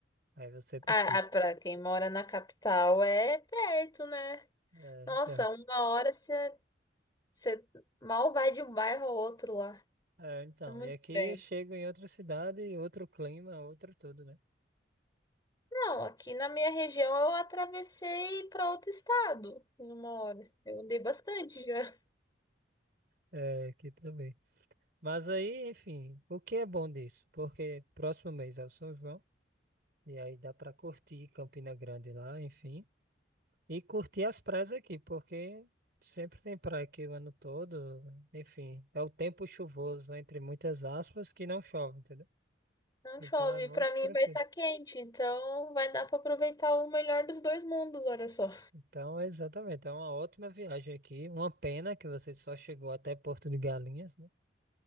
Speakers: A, on the right; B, on the left.
A: Aí você decide.
B: Ah, ah, para quem mora na capital é perto, né?
A: É,
B: Nossa,
A: então.
B: uma hora você você mal vai de um bairro ao outro lá.
A: É, então,
B: É muito
A: e aqui
B: estranho.
A: eu chego em outra cidade, outro clima, outro tudo, né?
B: Não, aqui na minha região eu atravessei para outro estado em uma hora. Eu andei bastante já. <laughs>
A: É, aqui também. Mas aí, enfim, o que é bom disso? Porque próximo mês é o São João. E aí dá pra curtir Campina Grande lá, enfim. E curtir as praias aqui, porque sempre tem praia aqui o ano todo. Enfim, é o tempo chuvoso, entre muitas aspas, que não chove, entendeu?
B: Não
A: Então
B: chove,
A: é muito
B: para mim
A: tranquilo.
B: vai estar quente, então vai dar para aproveitar o melhor dos dois mundos, olha só.
A: Então, exatamente, é uma ótima viagem aqui. Uma pena que você só chegou até Porto de Galinhas, né?